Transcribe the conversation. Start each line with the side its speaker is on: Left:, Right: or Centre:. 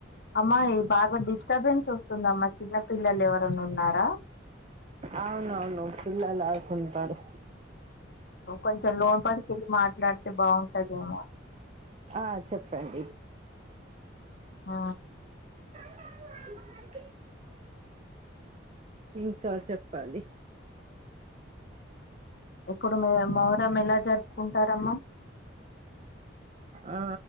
Left: అమ్మాయ్ బాగా డిస్టర్బెన్స్ వస్తుందమ్మా చిన్న పిల్లలు ఎవరన్నా ఉన్నారా
Right: అవునవును పిల్లలు ఆడుకుంటారు
Left: కొంచెం లోన్ పాడికెళ్ళి మాట్లాడితే బాగుంటదేమో
Right: ఆ చెప్పండి
Left: ఆ
Right: <inaudible> ఇంకా చెప్పాలి
Left: ఎక్కడున్నావ్ మొహరం ఎలా జరుపుకుంటారమ్మా
Right: ఆ